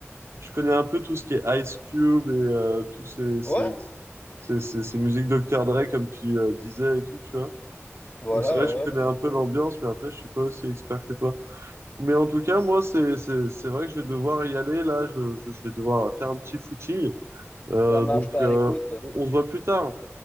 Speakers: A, on the right; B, on the left.
A: je connais un peu tout ce qui est Ice Cube et euh, tous ces,
B: Ouais,
A: ces, ces, ces, ces musiques Dr. Dre, comme tu euh, disais et tout, tu vois.
B: voilà,
A: Donc c'est vrai
B: ouais.
A: que je connais
B: ouais.
A: un peu l'ambiance, mais après, je suis pas aussi expert que toi. Mais en tout cas, moi, c'est, c'est, c'est vrai que je vais devoir y aller, là, je, je, je vais devoir faire un petit footing. Euh,
B: Ça marche,
A: donc,
B: bah
A: euh,
B: écoute,
A: on on se voit plus tard.